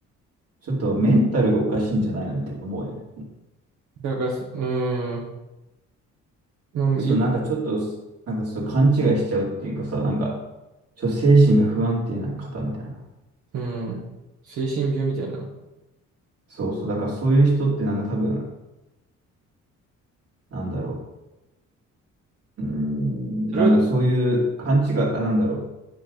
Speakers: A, on the right; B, on the right.
A: ちょっとメンタルがおかしいんじゃないのみたいな思うよね。
B: だからす、うーん。まあ、
A: そのなんかちょっと、
B: よ、
A: なんかそう勘違いしちゃうっていうかさ、なんか、ちょっと精神が不安定な方みたいな。
B: うん。精神病みたいな。
A: そうそう、だからそういう人ってなんか多分、なんだろう、うーん、なんかそういう勘違い、
B: それを、
A: あ、なんだろう、